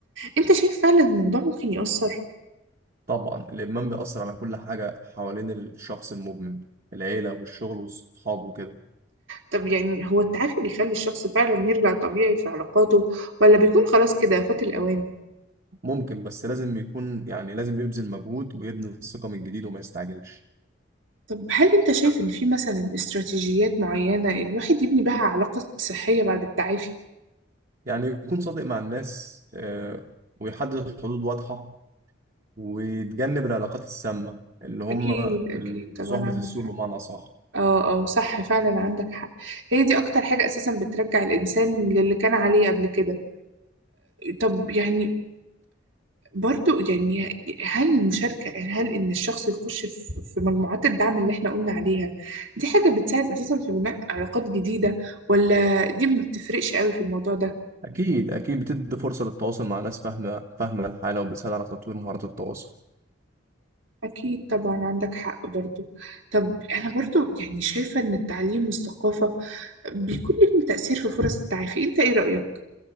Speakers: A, on the right (about 80°); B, on the right (about 45°).
A: أنت شايف فعلا الموضوع ممكن يأثر؟
B: طبعا الإدمان بيأثر على كل حاجة حوالين الشخص المدمن العيلة والشغل والصحاب وكده
A: طب يعني هو التعافي بيخلي الشخص فعلا يرجع طبيعي في علاقاته ولا بيكون خلاص كده فات الأوان؟
B: ممكن بس لازم يكون يعني لازم يبذل مجهود ويبني الثقة من جديد وما يستعجلش
A: طب هل انت شايف ان في مثلا استراتيجيات معينة الواحد يبني بها علاقة صحية بعد التعافي؟
B: يعني يكون صادق مع الناس آه، ويحدد حدود واضحة وتجنب العلاقات السامة اللي هم
A: اكيد اكيد
B: ال-
A: طبعا
B: صحبة
A: عندك
B: السوء
A: حق
B: بمعنى أصح
A: اه اه صح فعلا عندك حق هي دي اكتر حاجة اساسا بترجع الانسان للي كان عليه قبل كده طب يعني برضو يعني هل المشاركة هل ان الشخص يخش في في مجموعات الدعم اللي احنا قلنا عليها دي حاجة بتساعد اساسا في بناء علاقات جديدة ولا دي ما بتفرقش قوي في الموضوع ده؟
B: أكيد أكيد بتدي فرصة للتواصل مع ناس فاهمة فاهمة الحالة وبتساعد على تطوير مهارات التواصل
A: أكيد طبعا عندك حق برضو طب أنا برضو يعني شايفة إن التعليم والثقافة بيكون لهم تأثير في فرص التعافي أنت إيه رأيك؟